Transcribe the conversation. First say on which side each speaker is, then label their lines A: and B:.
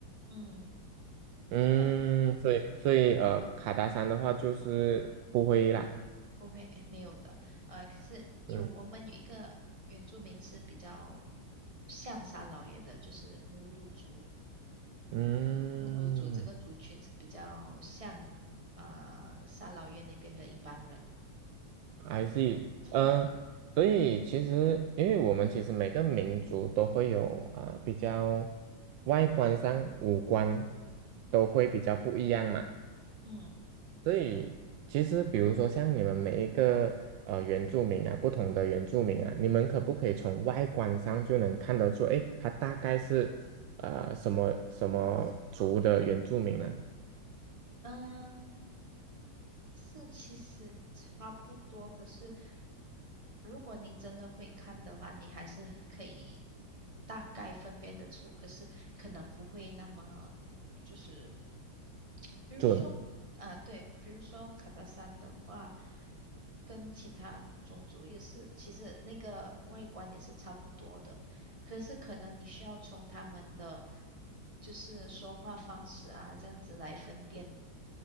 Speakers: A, on the right; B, on the right.
A: 嗯，
B: 嗯，
A: 那
B: 所以所以呃，卡达山的话就是不会啦。
A: 不会没有的。呃，可是有我们有一个原住民是比较
B: 嗯
A: 像三老爷的，就是母乳族。
B: 嗯。
A: 乌鲁族这个族群是比较像啊、呃、沙劳越那边的一般人。
B: I see，
A: 嗯
B: 嗯，所以其实，因为我们其实每个民族都会有啊、比较外观上五官都会比较不一样嘛，
A: 嗯
B: 所以其实比如说像你们每一个呃原住民啊，不同的原住民啊，你们可不可以从外观上就能看得出，诶，他大概是呃什么什么族的原住民呢？
A: 嗯、是其实差不多，可是如果你真的会看的话，你还是可以大概分辨得出，可是可能不会那么就是，比如说，
B: 准，
A: 啊，对，比如说卡达山的话，跟其他种族也是，其实那个外观也是差不多的，可是可能你需要从他们的就是说话方式啊，这样子来分辨。